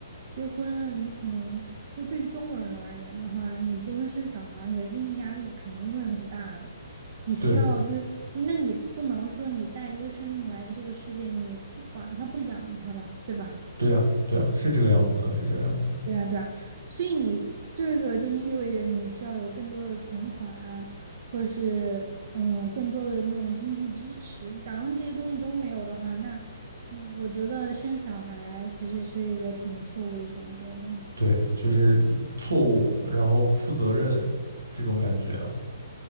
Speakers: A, on the right; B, on the right.
A: 结婚，你可能就对于中国人而言的话，你结婚生小孩儿，你的经济压力肯定会很大的，你需要就是，
B: 对
A: 那你不能说你带一个生命来这个世界，你不管他不养他吧，对吧？
B: 对啊对啊，是这个样子的，是这个样子的
A: 对呀，对呀，所以你这个就意味着你需要有更多的存款啊，或者是嗯更多的那种经济支持。假如你这些东西都没有的话，那嗯我觉得生小孩其实是一个挺错误的选择的。
B: 对，就是错误，然后不负责任这种感觉啊，